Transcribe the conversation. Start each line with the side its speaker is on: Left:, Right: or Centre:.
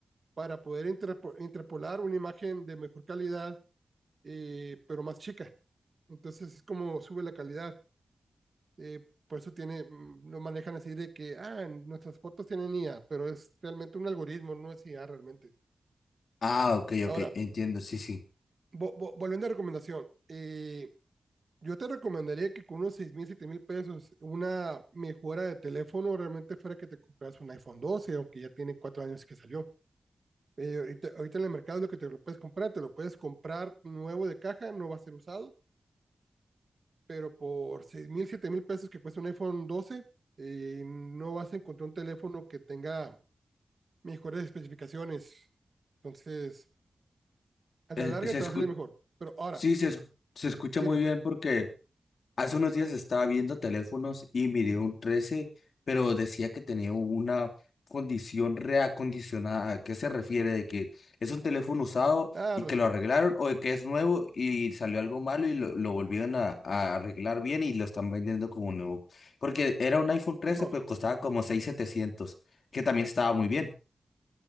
Right: para poder interpo, interpolar una imagen de mejor calidad eh, pero más chica. Entonces es como sube la calidad. Eh, por eso tiene, mm, lo manejan así de que, ah, en nuestras fotos tienen IA, pero es realmente un algoritmo, no es IA realmente.
Left: Ah, ok,
Right: Ahora,
Left: ok, entiendo, sí, sí.
Right: vo- vo- volviendo a recomendación, eh, yo te recomendaría que con unos seis mil, siete mil pesos, una mejora de teléfono realmente fuera que te compras un iPhone 12, aunque ya tiene 4 años que salió. Eh, ahorita, ahorita en el mercado lo que te lo puedes comprar, te lo puedes comprar nuevo de caja, no va a ser usado pero por seis mil, siete mil pesos que cuesta un iPhone 12, eh, no vas a encontrar un teléfono que tenga mejores especificaciones. Entonces, a
Left: Eh,
Right: la larga
Left: se
Right: te
Left: escu-
Right: va a salir mejor. Pero ahora,
Left: sí, se, es- se escucha
Right: dime,
Left: muy bien porque Hace unos días estaba viendo teléfonos y miré un 13, pero decía que tenía una condición reacondicionada. ¿A qué se refiere? ¿De que es un teléfono usado
Right: arre,
Left: y que lo arreglaron o de que es nuevo y salió algo malo y lo, lo volvieron a, a arreglar bien y lo están vendiendo como nuevo? Porque era un iPhone 13,
Right: no,
Left: pero costaba como 6.700, que también estaba muy bien.